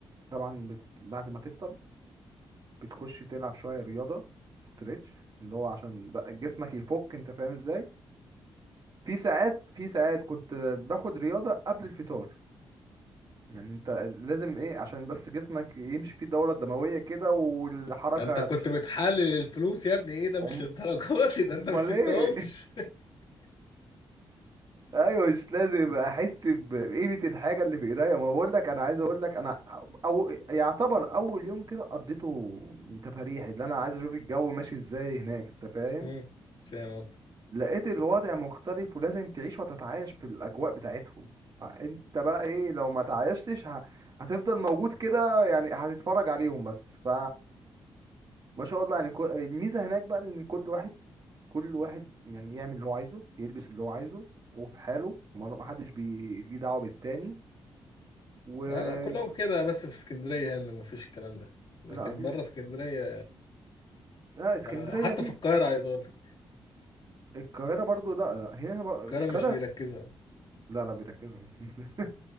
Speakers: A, on the right (about 45°); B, on the left (about 55°).
A: طبعا بت... بعد ما تفطر بتخش تلعب شويه رياضه ستريتش اللي هو عشان بقى جسمك يفك انت فاهم ازاي في ساعات في ساعات كنت باخد رياضه قبل الفطار يعني انت لازم ايه عشان بس جسمك يمشي فيه الدوره الدمويه كده والحركه
B: ده أنت كنت
A: تشتغل
B: بتحلل الفلوس يا ابني إيه ده
A: <laughs>
B: مش
A: أم-
B: للدرجات دي، ده
A: امال
B: أنت ما سبتهمش
A: ايه ايوه مش لازم احس بقيمه الحاجه اللي في ايديا ما بقول لك انا عايز اقول لك انا او يعتبر اول يوم كده قضيته تفاريح اللي انا عايز اشوف الجو ماشي ازاي هناك انت فاهم
B: <laughs> مم، فاهم قصدك
A: لقيت الوضع مختلف ولازم تعيش وتتعايش في الاجواء بتاعتهم فانت بقى ايه لو ما تعايشتش ه- هتفضل موجود كده يعني هتتفرج عليهم بس ف ما شاء الله يعني كل... الميزة هناك بقى ان كل واحد كل واحد يعني يعمل اللي هو عايزه يلبس اللي هو عايزه وفي حاله وما ما حدش بي... ليه دعوة بالتاني و
B: آه لا كلهم كده بس في اسكندرية هنا اللي مفيش الكلام ده لكن
A: لا مفيش
B: بره اسكندرية
A: لا اسكندرية
B: آه، حتى
A: دي
B: في القاهرة عايز أقول لك
A: القاهرة برضو لا لا، هنا بر...
B: القاهرة
A: في القاهرة
B: مش بيركزوا
A: في... لا لا بيركزوا <laughs>